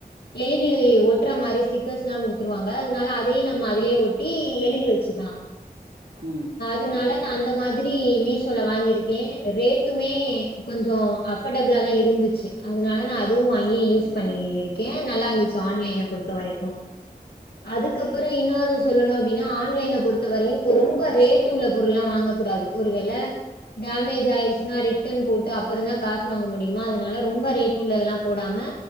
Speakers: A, on the left; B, on the right.
A: எழுதி ஒட்ற மாரி ஸ்டிக்கர்ஸ்லா குடுத்துருவாங்க அதனால அதையும் நம்ம அதிலே ஒட்டி எழுதி வச்சுக்கலா
B: ம்
A: துனால நா அந்த மாதிரி மீசோல வாங்கிருக்கே ரேட்டுமே கொஞ்சோ அஃபர்டபிளாதா இருந்துச்சு அதனால நா அதுவு வாங்கி
B: சேரிங்க
A: யூஸ் பண்ணியிருக்கே
B: தோழி
A: நல்லாந்துச்சு ஆன்லைன பொறுத்த வரைக்கு அதுக்கப்பறோ இன்னொரு சொல்லணு அப்டினா ஆன்லைனப் பொறுத்த வரையு கொரொம்ப ரேட்டு உள்ளப் பொருள்லா வாங்கக் கூடாது ஒரு வேள டேமேஜ் ஆயிச்னா ரிட்டன் போட்டு அப்பறந்தா காசு வாங்க முடியுமா அதனால ரொம்ப ரேட் உள்ளதெலாம் போடாம